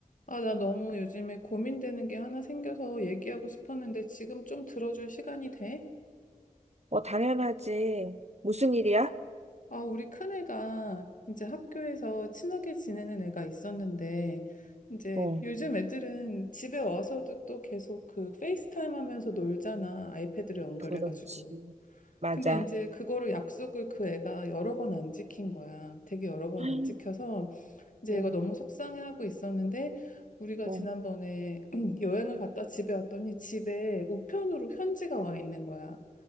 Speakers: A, on the left (about 65°); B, on the right (about 50°).
A: 아, 나 너무 요즘에 고민되는 게 하나 생겨서 얘기하고 싶었는데 지금 좀 들어줄 시간이 돼?
B: 어, 당연하지. 무슨 일이야?
A: 아, 우리 큰애가 이제 학교에서 친하게 지내는 애가 있었는데 이제
B: 어,
A: 요즘 애들은 집에 와서도 또 계속 그 페이스타임 하면서 놀잖아. 아이패드로 연결해가지고.
B: 그렇지. 맞아.
A: 근데 이제 그거를 약속을 그 애가 여러 번 안 지킨 거야. 되게 여러 번
B: <gasps>
A: 안 지켜서 이제
B: 어,
A: 얘가 너무 속상해하고 있었는데 우리가
B: 어,
A: 지난번에 <clears throat> 여행을 갔다 집에 왔더니 집에 우편으로 편지가 와 있는 거야.